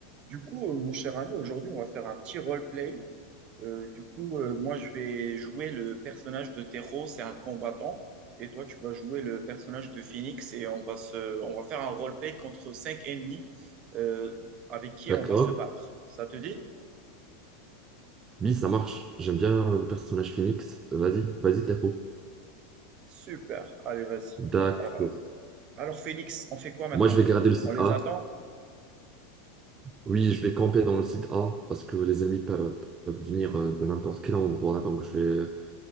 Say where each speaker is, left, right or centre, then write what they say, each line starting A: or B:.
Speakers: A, on the right; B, on the right.
A: Du coup, euh, mon cher ami, aujourd'hui, on va faire un petit roleplay. Euh, du coup, euh, moi, je vais jouer le personnage de Tero, c'est un combattant. Et toi, tu vas jouer le personnage de Phoenix et on va se, on va faire un roleplay contre cinq ennemis euh, avec qui
B: D'accord.
A: on va se battre. Ça te dit?
B: Oui, ça marche. J'aime bien le personnage Phoenix. Vas-y, vas-y, Taco.
A: Super. Allez, vas-y.
B: D'accord.
A: Alors, euh, alors, Phoenix, on fait quoi maintenant?
B: Moi, je vais garder le site
A: On les
B: A.
A: attend?
B: Oui, je vais camper dans le site A parce que les ennemis peuvent, peuvent venir euh, de n'importe quel endroit. Donc, je vais,